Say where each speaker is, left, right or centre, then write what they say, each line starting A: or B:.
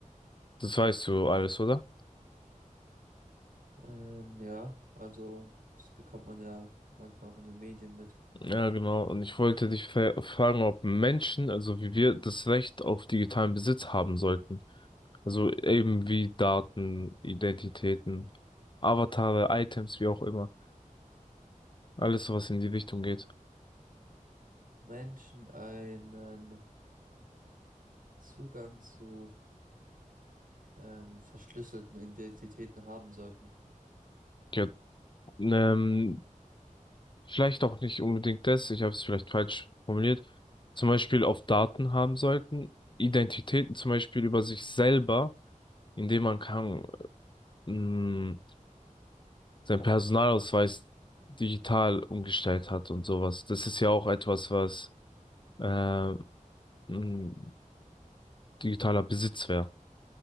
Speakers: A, on the left; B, on the right.
A: Das weißt du alles, oder?
B: Ähm, ja, also das bekommt man ja manchmal auch in den Medien mit.
A: Ja, genau. Und ich wollte dich fra- fragen, ob Menschen, also wie wir, das Recht auf digitalen Besitz haben sollten. Also eben wie Daten, Identitäten, Avatare, Items, wie auch immer. Alles, was in die Richtung geht.
B: Menschen einen Zugang zu ähm, verschlüsselten Identitäten haben sollten.
A: Ja, ähm, vielleicht auch nicht unbedingt das, ich habe es vielleicht falsch formuliert. Zum Beispiel auf Daten haben sollten, Identitäten zum Beispiel über sich selber, indem man kann, mh, seinen Personalausweis digital umgestellt hat und sowas. Das ist ja auch etwas, was äh, ein digitaler Besitz wäre.